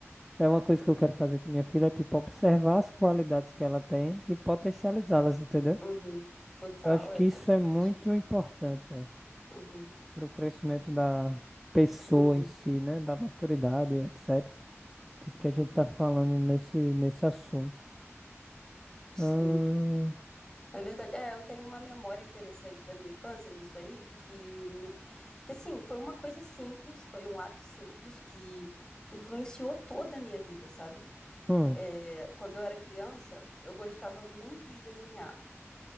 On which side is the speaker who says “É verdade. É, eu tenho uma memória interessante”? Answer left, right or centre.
Left